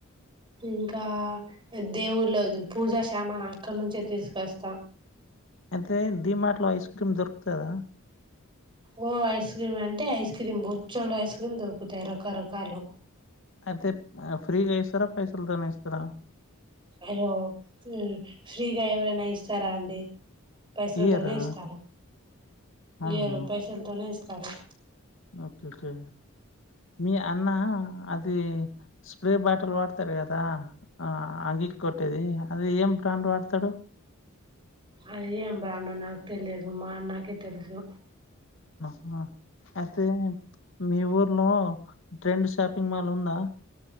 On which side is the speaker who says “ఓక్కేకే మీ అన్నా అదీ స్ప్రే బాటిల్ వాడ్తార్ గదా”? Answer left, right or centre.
Left